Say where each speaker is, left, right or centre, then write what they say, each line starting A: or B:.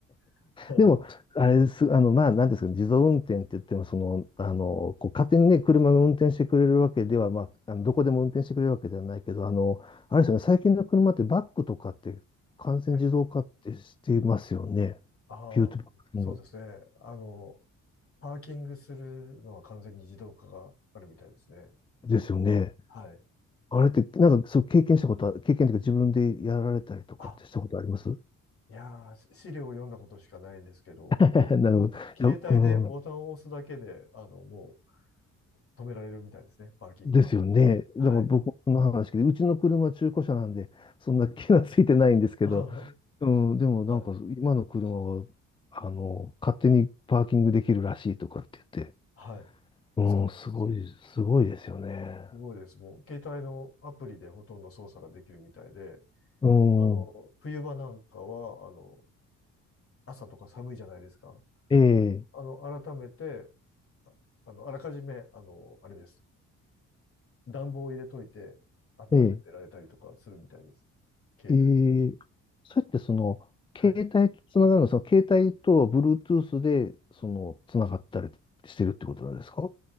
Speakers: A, on the left; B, on the left.
A: <laughs> は
B: でも、あれです、あの、まあ、なんですかね、自動運転って言っても、その、あの、こう、勝手にね、車が運転してくれるわけでは、まあ、あのどこでも運転してくれるわけではないけど、あの、あれですよね、
A: い。
B: 最近の車ってバックとかって完全自動化ってしていますよね。
A: はい。ああ、
B: ビュートバック
A: そうですね。あの、パーキングするのは完全に自動化があるみたいですね。
B: ですよね。
A: はい。
B: あれって、なんか、そう、経験したことは、経験というか自分でやられたりとかってしたことあります
A: あ、いやー、し資料を読んだことしかないですけど、
B: <laughs> なるほど。
A: もう携帯でボタンを押すだけで、
B: いや、うん。
A: あの、も止められるみたいですね、パーキングに。
B: ですよね。だから僕もその話で、
A: はい。
B: うちの車中古車なんで、そんな気がついてないんですけど、
A: <laughs>
B: うん、でもなんか今の車は、
A: はい。
B: あの、勝手にパーキングできるらしいとかって言って、
A: はい。
B: うん、
A: そうなんですよ。
B: すごい、すごいですよね。
A: すごいです。もう、携帯のアプリでほとんど操作ができるみたいで、
B: うん、
A: あの、冬場なんかは、あの、朝とか寒いじゃないですか。
B: ええ、
A: あの、改めて、ああの、あらかじめ、あの、あれです。暖房を入れといて、温めてられたりとかするみたいです。
B: ええ、
A: 携帯で。
B: ええ、そうやってその、
A: はい。
B: 携帯とつながるの、その携帯とは Bluetooth で、その、つながったりしてるってことなんですか